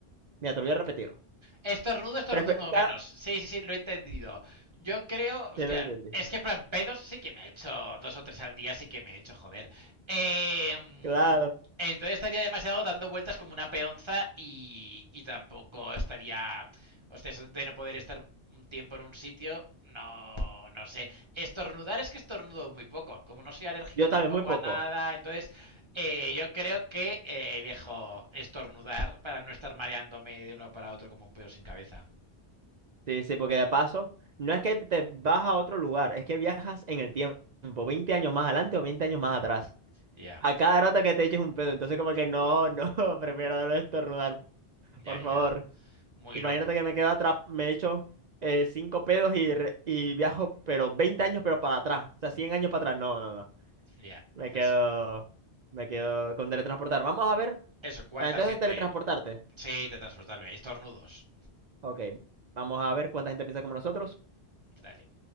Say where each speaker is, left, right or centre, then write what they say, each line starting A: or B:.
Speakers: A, on the right (about 55°); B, on the right (about 25°).
A: Mira, te lo voy a repetir.
B: Estornudo, estornudo
A: Prefe- cada-
B: menos. Sí, sí, sí, lo he entendido. Yo creo, hostia,
A: Te lo entendiste.
B: es que plan pedos sí que me he hecho dos o tres al día, sí que me he hecho, joder. Eh,
A: Claro.
B: entonces estaría demasiado dando vueltas como una peonza y, y tampoco estaría, hostia, eso de no poder estar un tiempo en un sitio, no, no sé. Estornudar es que estornudo muy poco. Como no soy alérgico
A: Yo
B: tampoco
A: también, muy poco.
B: a nada, entonces eh, yo creo que eh, elijo estornudar para no estar mareándome de uno para otro como un pedo sin cabeza.
A: Sí, sí, porque de paso, no es que te vas a otro lugar, es que viajas en el tiempo, 20 años más adelante o 20 años más atrás.
B: Ya,
A: A cada rato que te eches un pedo, entonces como que no, no, <laughs> prefiero no estornudar,
B: ya,
A: por
B: ya.
A: favor.
B: Muy
A: Imagínate
B: loco.
A: que me quedo atrás, me echo eh, cinco pedos y, re- y viajo, pero 20 años, pero para atrás, o sea, 100 años para atrás, no, no, no.
B: Ya,
A: Me quedo,
B: ya sé lo que.
A: me quedo con teletransportar. Vamos a ver,
B: Eso, ¿cuánta
A: ah, entonces
B: gente?
A: teletransportarte.
B: Sí, te transportarme. Estornudos.
A: Ok, vamos a ver cuánta gente piensa como nosotros.
B: Dale.